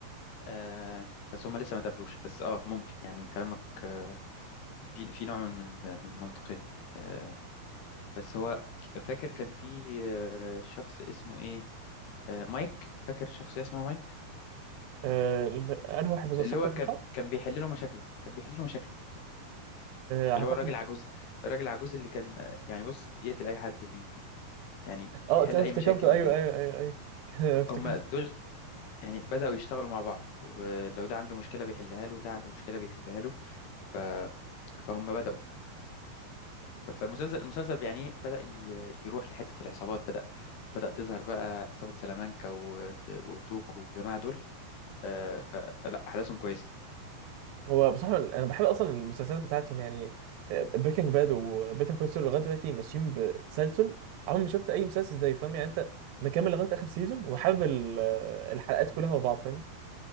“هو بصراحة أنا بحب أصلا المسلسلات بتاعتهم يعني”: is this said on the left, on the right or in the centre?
Right